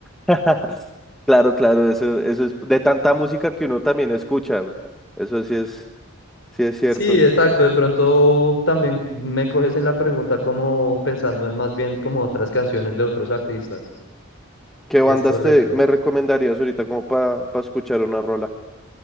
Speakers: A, in the centre; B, on the left (about 60°).
A: <laughs> Claro, claro, eso, eso es de tanta música que uno también escucha. Eso sí es, sí es cierto.
B: Sí, exacto. De pronto también me coges en la pregunta como pensando en más bien como otras canciones de otros artistas.
A: ¿Qué bandas
B: Es correcto.
A: te me recomendarías ahorita como para escuchar una rola?